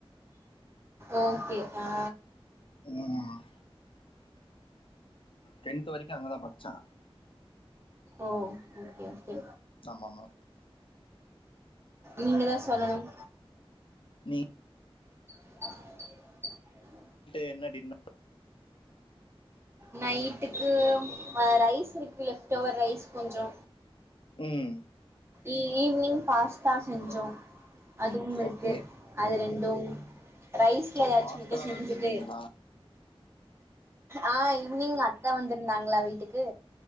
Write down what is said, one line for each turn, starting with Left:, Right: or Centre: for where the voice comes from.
Right: ஓகே ஆ
Left: <inaudible> டென்த் வரைக்கு அங்கதா படிச்சா
Right: ஓ ஓகே ஓகே
Left: ஆமா ஆமா
Right: நீங்கதா சொல்லணும்
Left: நீ
Right: <inaudible>
Left: ட்டு என்ன டின்
Right: நைட்டுக்கு ரைஸ் இருக்கு லெஃப்ட் ஓவர் ரைஸ் கொஞ்சோ
Left: ம்
Right: ஈ ஈவ்னிங் பாஸ்தா செஞ்சோ அதுவும் இருக்கு
Left: ஓகே
Right: அது ரெண்டும் ரைஸ்ல
Left: ஓ
Right: எதாச்சு
Left: பாஸ்தா
Right: மட்டு செஞ்சிட்டு
Left: தான் செய்வீங்களா
Right: ஆ ஈவ்னிங் அத்த வந்திருந்தாங்களா வீட்டுக்கு